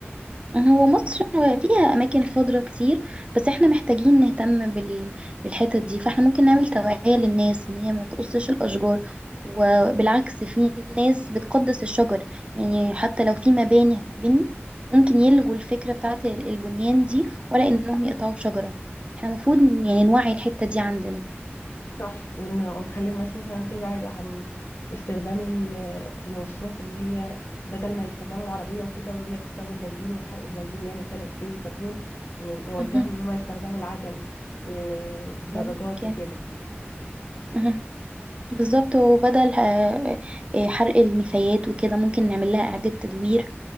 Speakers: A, on the right; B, on the left.
A: هو مصر فيها أماكن خضرة كتير بس احنا محتاجين نهتم بال... بالحتت دي فاحنا ممكن نعمل توعية للناس إن هي ما تقصش الأشجار وبالعكس في ناس بتقدس الشجر يعني حتى لو في مباني هتتبني ممكن يلغوا الفكرة بتاعت ال- البنيان دي ولا إنهم يقطعوا شجرة احنا المفروض يعني نوعي الحتة دي عندنا
B: صح ون... ونخلي الناس مثلا تبعد عن استخدام ال- المواصلات اللي هي بدل ما يستخدموا العربية وكده واللي هي بتستخدم بنزين وحرق البنزين بيعمل ثاني أكسيد الكربون ن- نوجههم
A: مهم.
B: إن هم يستخدموا العجل والدراجات
A: ممكن
B: وكده
A: مهم. بالظبط وبدل آه، آه، حرق النفايات وكده ممكن نعمل لها إعادة تدوير